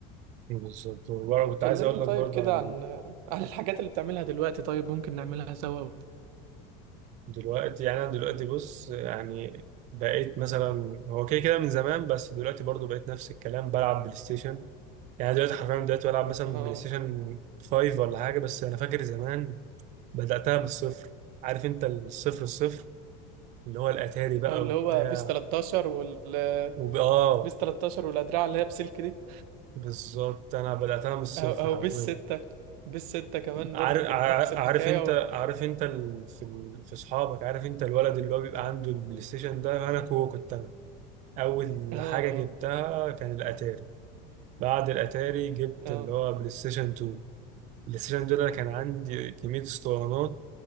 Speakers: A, on the right (about 35°); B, on the right (about 65°).
A: بالظبط وبرضه كنت
B: كلمني
A: عايز اقول
B: طيب
A: لك برضه
B: كده
A: عن
B: عن <laughs> عن الحاجات اللي بتعملها دلوقتي طيب ممكن نعملها سوا
A: دلوقتي يعني انا دلوقتي بص يعني بقيت مثلا هو كده كده من زمان بس دلوقتي برضه بقيت نفس الكلام بلعب بلاي ستيشن يعني دلوقتي حرفيا دلوقتي بلعب مثلا
B: اه
A: بلاي ستيشن 5 ولا حاجة بس انا فاكر زمان بدأتها من الصفر عارف انت الصفر الصفر اللي هو الاتاري بقى
B: أو اللي
A: وبتاع
B: هو بيس 13 وال
A: وب... اه
B: <laughs> بيس 13 والأدراع اللي هي بسلك دي
A: بالظبط انا بدأتها من الصفر
B: أو أو
A: حرفيا
B: بيس 6 بيس 6 كمان
A: عارف
B: برضو كانت
A: عار-
B: نفس الحكاية
A: عارف انت عارف
B: و...
A: انت ال... في ال... في اصحابك عارف انت الولد اللي هو بيبقى عنده البلاي ستيشن ده انا كو كنت انا اول
B: <laughs> اه
A: حاجة جبتها
B: اه
A: كان الاتاري بعد الاتاري جبت
B: اه
A: اللي هو بلاي ستيشن 2 البلاي ستيشن 2 ده أنا كان عندي كمية اسطوانات